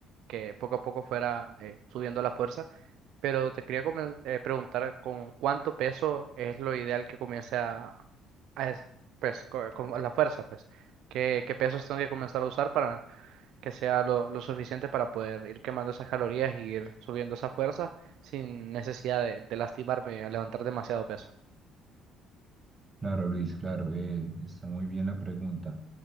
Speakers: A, on the right; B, on the right.
A: que poco a poco fuera eh, subiendo la fuerza, pero te quería comen- eh, preguntar con cuánto peso es lo ideal que comience a, a es- pues, co- con la fuerza, pues, qué, qué pesos tengo que comenzar a usar para que sea lo, lo suficiente para poder ir quemando esas calorías y ir subiendo esa fuerza sin necesidad de, de lastimarme a levantar demasiado peso.
B: Claro, Luis, claro, eh, está muy bien la pregunta.